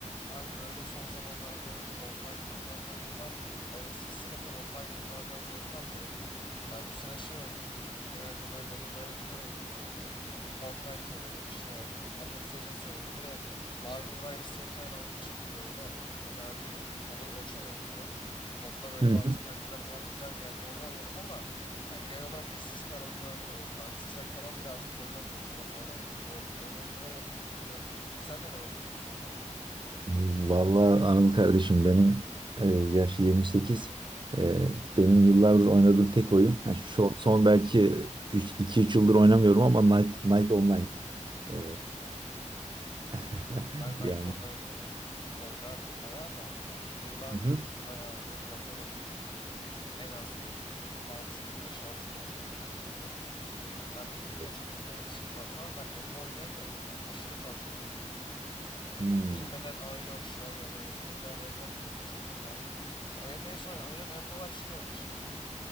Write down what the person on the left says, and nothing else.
Abi böyle son zamanlarda oynadığın online oyunlar falan var mı? Ben eskisi kadar online oyunlardan zevk almıyorum. Ee, bu sene şey oynadım. Genelde böyle Battle Royale oyunlar oynuyorum. Fortnite oynadım, işte Apex Legends oynadım. Bir de Marvel Rivals diye bir tane oyun çıktı böyle. Fena değil. Overwatch'a benziyor. Onda böyle
bazı karakterler falan güzel geldi. Onu oynadım ama e, genel olarak eskisi kadar oyunlar oynamıyorum. Counter Strike falan bile artık oynamıyorum. Ya da Valorant'tır, LoL'dür. Öyle oyunlara bile pek girmiyorum. Sen neler oynuyorsun son zamanlarda?
Ha,
tabii ben
Ben Knight
Online'ı oynardım bayağı da yani yıllardır
bayağıdır oynamadım ben de. Bir, en az bir 6 yıl, beş altı yıldır hiç oynamadım ben de. Yani ben Metin 2
de çok oynardım. Scroll falan. Ben MMO oyunlarını yani aşırı fazla oynardım böyle. Yani
bilinmeden Aion, ya böyle bilinmeyen MMO oyunlarını bile çok oynardım. Yani benim de en son oynadığım MMO'lar şey oldu işte.